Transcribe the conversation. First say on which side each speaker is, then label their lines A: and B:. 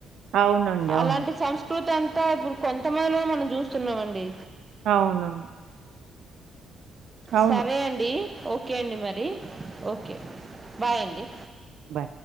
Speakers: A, on the right; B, on the right.
A: అవునండి. అవును.
B: అలాంటి సంస్కృతి అంత అంత ఇప్పుడు కొంతమందిలో మనం చూస్తున్నామండి
A: అవునవును అవును.
B: సరే అండి ఓకే అండి మరి ఓకే బాయ్ అండి
A: బాయ్.